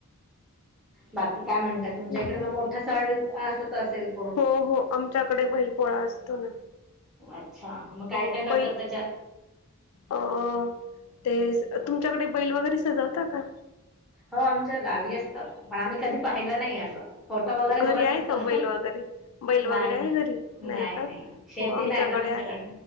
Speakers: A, in the centre; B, on the left.
A: बाकी कायं म्हणतांत
B: हम्म.
A: तुमच्याकडे इकडे मंग मोठां संण असतं असेलं
B: हो हो आमच्यांकडे बैल पोळां असतो नां
A: अच्छा मग काय
B: हों
A: काय करतात
B: बईलं
A: त्याच्यात?
B: अं ते तुमच्यांकडे बैल वगैरें सजवतां कां
A: हो आमच्यां गांवी असतां पणं आम्हीं कधीं पाहिलं नाहीं असं फोटो
B: हो
A: वगैरे
B: घरी
A: बघत
B: आहे
A: असतो.
B: कां बैल वगैरें बैल वगैरे
A: नाही नाही
B: आहे घरी नाहीं
A: नाही
B: कां
A: नाही शेती
B: हो आमच्यांकडे
A: नाही ना आमच्याकडे
B: आहे